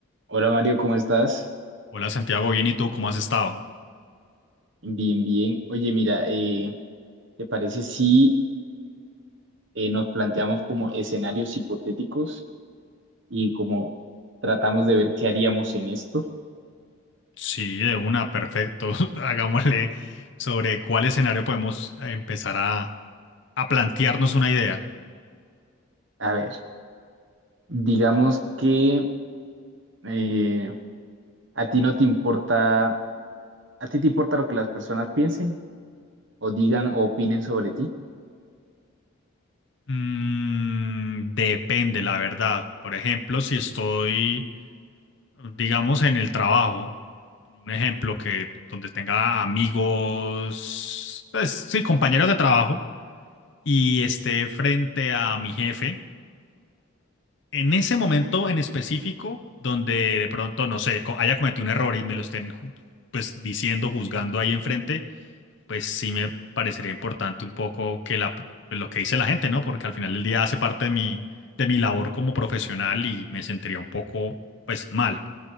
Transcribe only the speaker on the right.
Hola Mario, ¿cómo estás?
Bien, bien. Oye, mira, eh, ¿te parece si eh, nos planteamos como escenarios hipotéticos y como tratamos de ver qué haríamos en esto?
A ver, digamos que eh, a ti no te importa, a ti te importa lo que las personas piensen o digan o opinen sobre ti.